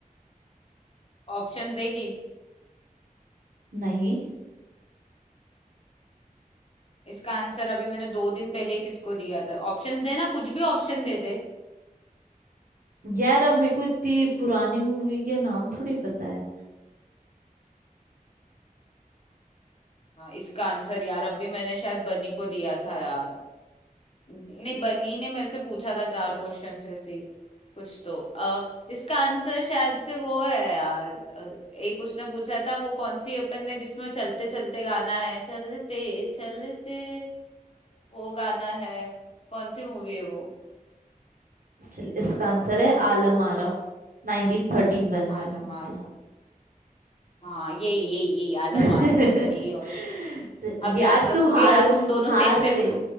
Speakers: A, on the left; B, on the right.
A: ऑप्शंस देगी
B: नहीं
A: इसका आंसर अभी मैंने दो दिन पहले ही किसको दिया था ऑप्शंस देना कुछ भी ऑप्शन दे दे
B: यार अब मेरे को इतनी पुरानी मूवी के नाम थोड़ी पता है
A: हाँ इसका आंसर यार अभी मैंने शायद बनी को दिया था यार नहीं बनी ने मेरे से पूछा था चार क्वेश्चन ऐसी कुछ तो अ, इसका आंसर शायद से वो है यार अ, एक उसने पूछा था वो कौन सी अपन ने जिसमें चलते चलते गाना है चलते चलते वो गाना है कौन सी मूवी है वो
B: चल इसका
A: अ,
B: आंसर है आलम आरा 1931 में
A: आलम
B: हुई
A: आरा
B: थी
A: हाँ यही यही यही आलम
B: <laughs>
A: आरा यही ऑप्शन
B: तो
A: अब
B: यार
A: याद रखूंगी
B: तू हार
A: यार तुम दोनों
B: हार
A: सेम सेम
B: गई